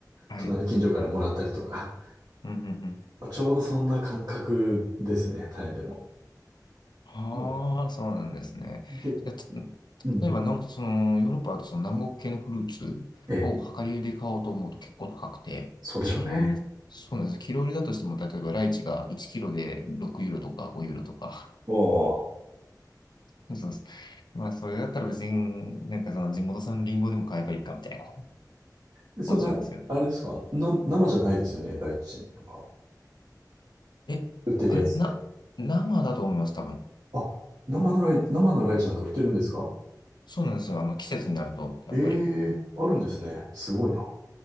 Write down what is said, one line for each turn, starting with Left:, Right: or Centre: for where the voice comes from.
Left: はい。
Right: 隣近所からもらったりとか。
Left: うん。うん。うん
Right: まあ、ちょうどそんな感覚ですね、タイでも。
Left: はあ、
Right: もう
Left: そうなんですね。
Right: で、
Left: いや、つ例えば、
Right: うん。
Left: なんその、ヨーロッパだとその南国系のフルーツを量り売りで買おうと思うと結構高くて、
Right: え、そうでしょうね。
Left: キロ売り、そうなんです。キロ売りだとしても、例えばライチが1キロで6ユーロとか5ユーロとか、
Right: おお。
Left: そうそうそう。<laughs> まあ、それだったら別に、なんかその地元産リンゴでも買えばいいかみたいな
Right: でそんな、
Left: 思っちゃうんですけど。
Right: あれですかな、生じゃないですよね、ライチとか。
Left: え、
Right: 売ってるやつって。
Left: あれ、な、生だと思います、多分。
Right: あ、生のライ、生のライチなんか売ってるんですか
Left: そうなんですよ。あの、季節になると、やっぱり。
Right: ええーあるんですね。すごいな。